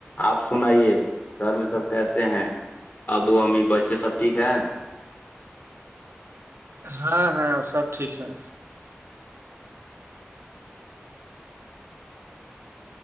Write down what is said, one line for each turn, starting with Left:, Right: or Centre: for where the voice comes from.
Left: آپ سنئیے گھر میں سب کیسے ہیں ابو امی بچے سب ٹھیک ہے
Right: ہاں ہاں سب ٹھیک ہے